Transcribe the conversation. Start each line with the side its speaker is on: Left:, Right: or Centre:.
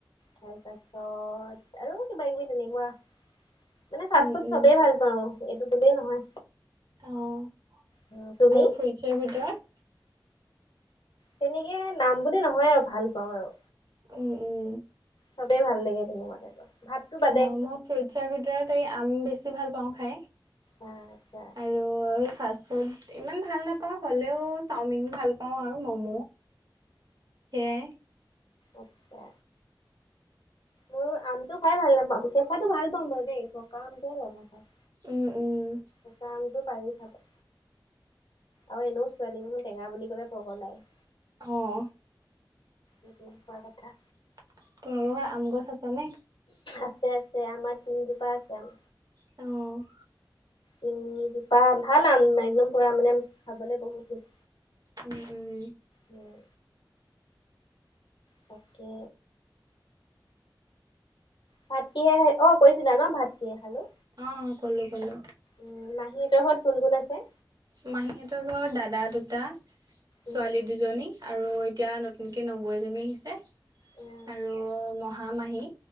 Left: তাৰ পাছত আৰু কিবা কিবি তেনেকুৱা। মানে ফাষ্ট
Right: উম
Left: ফুড
Right: উম
Left: ছবেই ভাল পাওঁ, এইটো বুলিয়ে নহয়।
Right: অ',
Left: উম, তুমি
Right: আৰু ফ্ৰুইটছৰ ভিতৰত?
Left: তেনেকে নাম বুলি নহয় আৰু ভাল পাওঁ আৰু।
Right: উম, উম।
Left: চবেই ভাল লাগে তেনেকুৱা টাইপৰ। ভাতটো বাদে
Right: অ', মই ফ্ৰুটছৰ ভিতৰত এই আম বেছি ভাল পাওঁ খাই।
Left: অ', আছা।
Right: আৰু এ, ফাষ্ট ফুড ইমান ভাল নাপাওঁ হ'লেও চাওমিন ভাল পাওঁ আৰু ম'ম'। সেয়াই।
Left: আত্চা। মোৰ আমটো খাই ভাল নাপাওঁ কেঁচাটো ভাল পাম বাৰু দেই পকা আমটোহে বেয়া পাওঁ খাই।
Right: উম, উম।
Left: কেচা আমটো পাৰি খাব। আৰু এনেও ছোৱালী মানুহ টেঙা বুলি ক'লে পগলাই।
Right: অ'।
Left: এই তেনেকুৱা কথা।
Right: <unintelligible> আম গছ আছ নে?
Left: আছে, আছে আমাৰ তিনজোপা আছে আম।
Right: অ'।
Left: উম, পা ভাল আম একদম পুৰা মানে খাবলে বহুত হেৰী।
Right: উম, উম।
Left: উম। তাকে। ভাত কিহে খাই অ', কৈছিলা ন ভাত কিহে খালোঁ।
Right: অ', অ', ক'লো ক'লো।
Left: উম, মাহী হঁতৰ ঘৰত কোন, কোন আছে?
Right: মাহীহঁতৰ ঘৰত দাদা দুটা,
Left: উম
Right: ছোৱালী দুজনী। আৰু এতিয়া নতুনকে নবৌ এজনী আহিছে,
Left: আচ্ছা
Right: আৰু মোহা মাহী।